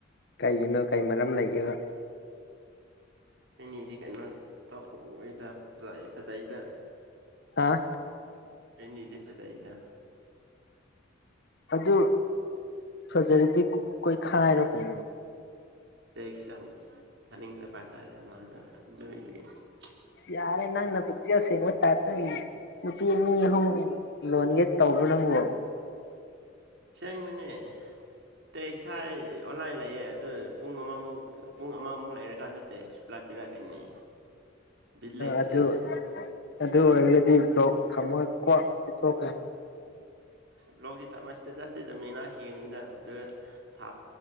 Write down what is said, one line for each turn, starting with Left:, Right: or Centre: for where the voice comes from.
Left: ꯀꯩꯒꯤꯅꯣ ꯀꯩ ꯃꯔꯝ ꯂꯩꯒꯦꯕ
Right: ꯐ꯭ꯔꯦꯟꯅꯤꯗꯤ ꯀꯩꯅꯣ ꯇꯧꯔꯏꯗ ꯐꯖꯩ ꯐꯖꯩꯗ
Left: ꯑꯥ
Right: ꯐ꯭ꯔꯦꯟꯅꯤꯗꯤ ꯐꯦꯖꯩꯗ
Left: ꯑꯗꯨ ꯐꯖꯔꯗꯤ ꯀꯣꯏ ꯈꯥꯏꯔꯣ ꯀꯩꯅꯣ
Right: <unintelligible>
Left: ꯌꯥꯔꯦ ꯅꯪꯅ ꯄꯨꯛꯆꯦꯜ ꯁꯦꯡꯕ ꯇꯥꯏꯞꯇ ꯅꯨꯄꯤ ꯑꯅꯤ ꯑꯍꯨꯝ ꯂꯣꯟꯒꯦ ꯇꯧꯕꯣ ꯅꯪꯕꯨ
Right: ꯁꯦꯡꯕꯩꯅꯦ ꯇꯦꯛꯁ ꯊꯥꯏ ꯑꯣꯟꯂꯥꯏ ꯂꯩꯌꯦ ꯑꯗꯨ ꯄꯨꯡ ꯑꯃꯃꯨꯛ ꯄꯨꯡ ꯑꯃꯃꯨꯛ ꯂꯩꯔꯀꯥꯟꯗ ꯇꯦꯛꯁ ꯔꯤꯄ꯭ꯂꯥꯏ ꯂꯥꯛꯄꯤꯔꯛꯀꯅꯤ ꯕꯤꯠ ꯂꯩꯇꯦ
Left: ꯑꯗꯨ ꯑꯗꯨ ꯑꯣꯏꯔꯒꯗꯤ ꯕ꯭ꯂꯣꯛ ꯊꯝꯃꯣ ꯀꯣꯛ ꯇꯣꯛꯊꯣꯛꯈ꯭ꯔꯣ
Right: ꯕ꯭ꯂꯣꯛꯇꯤ ꯊꯝ ꯁꯇꯦꯇꯁꯇꯤ ꯗꯨꯝ ꯌꯦꯡꯅꯈꯤꯒꯅꯤꯗ ꯊꯥ